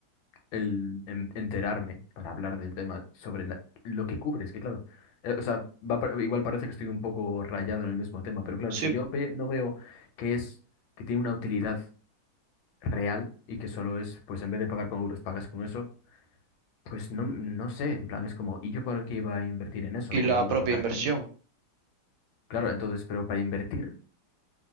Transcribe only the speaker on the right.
Sí,
y
la
propia
inversión.